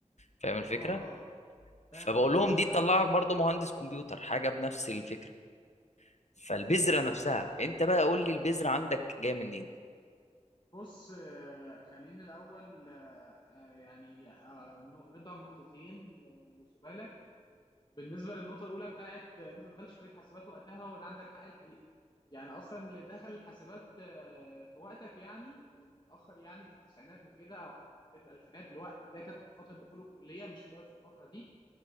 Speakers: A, on the left; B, on the left.
A: فاهم الفكره
B: اه اه فاهم
A: فبقول
B: قصدك
A: لهم
B: بس
A: دي
B: تعرف
A: تطلعك برضو مهندس كمبيوتر حاجه بنفس الفكره فالبذره نفسها
B: عندك
A: انت بقى قول لي البذره عندك جايه منين
B: بص آه، خليني الاول آه، آه، يعني آه، نو- ارد على النقطتين آه، وسؤالك بالنسبه للنقطه الاولى بتاعت آه، ان انت ما دخلتش كليه حاسبات وقتها وده عندك حق الحقيقه يعني اصلا اللي دخل الحاسبات آه، في وقتك يعني في متاخر يعني في التسعينات وكده او حتى في بدايه الالفينات اللي هو ده كانت فتره دخول الكليه مش هتقعد في الفتره دي